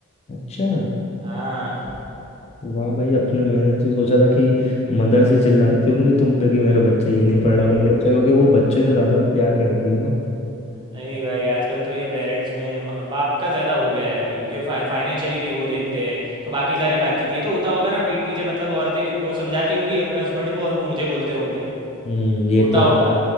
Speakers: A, on the left; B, on the right.
A: अच्छा
B: हाँ
A: वाह भाई अपने मैंने तो सोचा था कि मदर से चिल्लाती होंगी तुम पे कि मेरा बच्चा ये
B: <laughs>
A: नहीं पढ़ रहा वो नहीं बच्चा क्योंकि वो बच्चे से ज्यादा प्यार करती है ना
B: नहीं भाई आजकल तो ये पेरेंट्स में म- बाप का ज़्यादा हो गया है अभी क्योंकि फा, फाइनेंशियली भी वो देखते हैं तो बाकी सारी बातचीत ये तो होता होगा ना पीठ पीछे मतलब औरतें वो समझाती होगी अपने हस्बैंड को और वो मुझे बोलते होंगे
A: हम्म ये
B: होता
A: तो
B: होगा
A: है